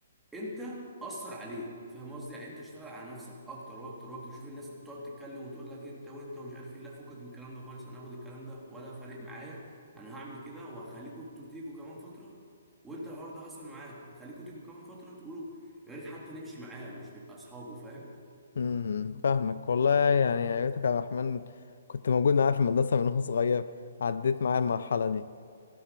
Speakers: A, in the centre; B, on the left.
A: انت اثر عليه فاهم قصدي يعني انت اشتغل على نفسك اكتر واكتر واكتر شوف الناس بتقعد تتكلم وتقول لك انت وانت ومش عارف ايه لا فكك من الكلام ده خالص انا هاخد الكلام ده ولا فارق معايا انا هعمل كده وهخليكوا انتوا تيجوا كمان فتره وانت الحوار ده حصل معاك هخليكوا تيجوا كمان فتره تقولوا يا ريت حتى نمشي معاه مش نبقى اصحابه فاهم
B: امم فاهمك والله يعني يا ريتك يا عبد الرحمن كنت موجود معايا في المدرسة من وانا صغير عديت معايا المرحلة دي